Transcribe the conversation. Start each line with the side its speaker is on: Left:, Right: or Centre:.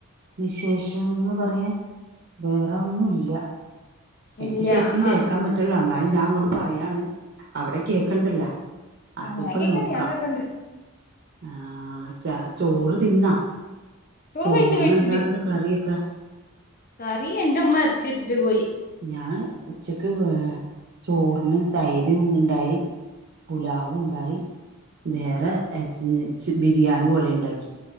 Right: വിശേഷംന്ന് പറയാൻ വേറെ ഒന്നും ഇല്ല. എനിക്ക്
Left: ഇല്ല
Right: ശരിക്കും കേൾക്കാൻ
Left: ആഹ്
Right: പറ്റ്ൺ ഇല്ല ഇന്നാ ഞാ അങ്ങോട്ട് പർ ഫ്രീയാണ്. അവ്ടെ കേക്ക് ഇണ്ടെല്ലോ?
Left: ആഹ്
Right: അതിപ്പോ
Left: ഞാൻ കേക്കണ്ട്
Right: നോക്കാം
Left: ഞാൻ കേക്കണ്ട്
Right: ആഹ് ചാ ചോറ് തിന്നാ?
Left: ചോറ്
Right: ചോറ്ന്
Left: കഴിച്ച് കഴിച്ച്
Right: എന്താർന്ന്
Left: ബി
Right: കറിയൊക്കെ?
Left: കറി എന്റുമ്മ അര്ച്ചച്ചിട്ട് പോയി.
Right: ഞാഹ് ഉച്ചക്ക് ഏ ചോറിന് തൈര് ഉണ്ടായി പുലാവും ഉണ്ടായി വേറെ എചി എച് ബിരിയാണി പോലെ ണ്ടാക്കി